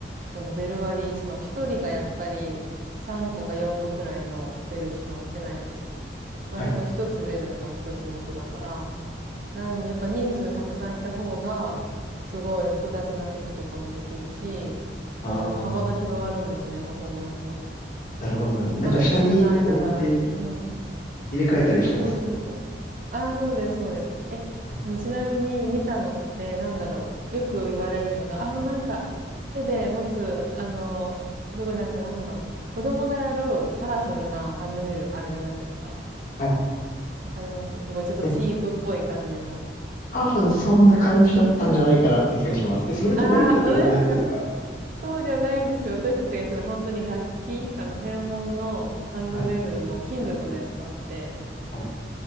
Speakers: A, on the right; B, on the left.
A: そのベル割り、その一人がやっぱり3個か4個くらいのベルしか持てないんですよ。まあその一つベルが一つの音だから、
B: はい。
A: なん、やっぱ人数たくさんいた方が、すごい複雑な曲とかもできるし、そのやっぱ幅が広がるんですよね、
B: ああ、
A: パフォーマンスの。
B: なるほど、なるほど。なんか下に置いて
A: まあでも少ないながらに。うん。
B: 入れ替えたりしてます。
A: あ、そうそうそう。あ、そうです、そうです。え、
B: はい。
A: そのちなみに見たのってなんだろう。よく言われるのが、あのなんか手で持つ、あの、すごいなんかなんだろう。子供がやるカラフルなハンドベルあるじゃないですか。
B: はい。
A: わかりますすごいちょっとチープっぽい感じの。
B: え、多分そんな感じだったんじゃないかなって気がします。え、それともう一個ってどんなやつですか
A: ああ、本当ですかそうじゃないんですよ。私たちがしたのは本当に楽器、あの専門のハンドベルの金属のやつがあって、
B: はい、はい。